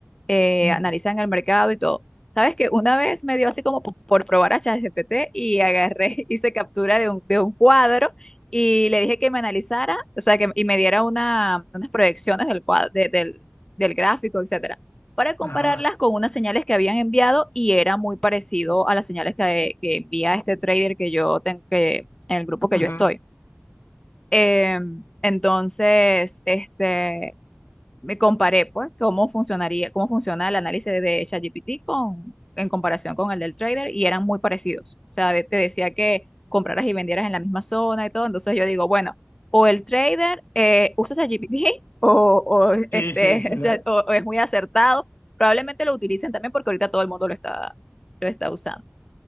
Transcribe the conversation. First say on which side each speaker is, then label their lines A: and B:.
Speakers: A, on the left; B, on the left.
A: eh,
B: Mm,
A: analizan el mercado y todo. Sabes que una vez me dio así como po- por probar a ChatGPT y agarré, <laughs> hice captura de un, de un cuadro y le dije que me analizara, o sea, que, y me diera una, unas proyecciones del cuadro, del, del gráfico, etcétera, para compararlas
B: Ajá.
A: con unas señales que habían enviado y era muy parecido a las señales que, que envía este trader que yo tengo, que, en el grupo que
B: ujú.
A: yo estoy. Em, entonces, este, me comparé, pues, cómo funcionaría, cómo funciona el análisis de ChatGPT con, en comparación con el del trader y eran muy parecidos. O sea, de- te decía que compraras y vendieras en la misma zona y todo. Entonces yo digo, bueno, o el trader eh, usa ChatGPT <laughs> o, o,
B: Sí,
A: este,
B: sí, sí,
A: <laughs> o,
B: lo-
A: sea, o- o es muy acertado. Probablemente lo utilicen también porque ahorita todo el mundo lo está, lo está usando.